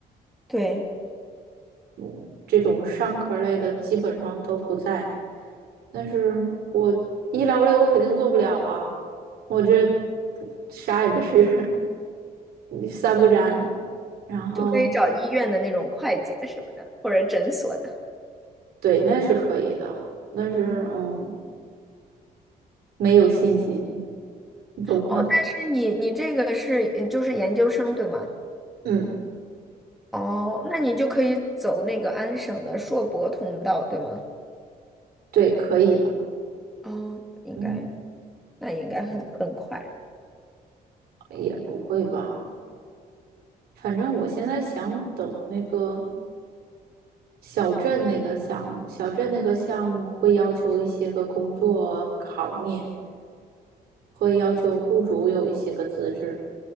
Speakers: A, in the centre; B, on the right.
A: 对，
B: 嗯，这种商科类的基本上都不在。但是我医疗类我肯定做不了啊，我这不啥也不是，<laughs> 三不沾。然后
A: 就可以找医院的那种会计啊什么的，或者诊所的。
B: 对，那是可以的，但是嗯，没有信心，你懂吗？
A: 哦，但是你你这个是就是研究生对吗？
B: 嗯，
A: 哦，那你就可以走那个安省的硕博通道对吗？
B: 对，可以的。
A: 哦，应该。
B: 嗯，
A: 那应该很很快。
B: 也不会吧，反正我现在想等那个。小镇那个项目，小镇那个项目会要求一些个工作行业，会要求雇主有一些个资质，